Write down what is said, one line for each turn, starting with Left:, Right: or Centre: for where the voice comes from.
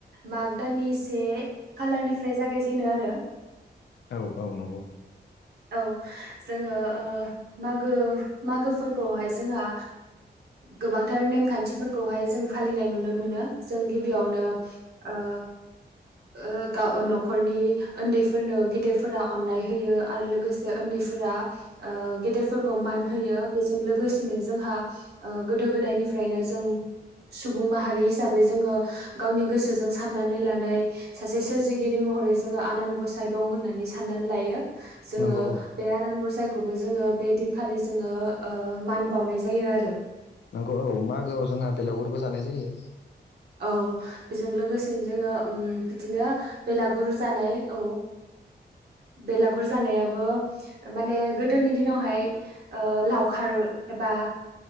Right: माग दाननि से खालारनिफ्राय जागायजेनो आरो
Left: औ औ नंगौ
Right: औ जोङो मागो मागो फोरबोआवहाय जोंहा गोबांथार नेमखान्थिफोरखौहाय जों फालिनाय नुनो मोनो। जों गिबियावनो ओ ओ गा न'खरनि उन्दैफोरनो गेदिरफोरा अननाय होयो आरो लोगोसे जे उन्दैफोरा गेदेरफोरखौ मान होयो। बेजों लोगोसेनो जोंहा गोदो गोदायनिफ्रायनो जों सुबुं माहारि हिसाबै जोङो गावनि गोसोजों साननानै लानाय सासे सोरजिगिरि महरै जोङो आनान गसाइ दं होननानै साननानै लायो।
Left: नंगौ
Right: जोङो
Left: औ
Right: बे आनान गसायखौबो जोङो बे दिनखालि जोङो मान बावनाय जायो आरो।
Left: नंगौ औ मागोआव जोंहा बेलागुरबो जानाय जायो।
Right: औ बेजों लोगोसेनो जोङो बिदिनो बेलागुर जानाय औ बेलागुर जानायाबो माने गोदोनि दिनावहाय लावखार एबा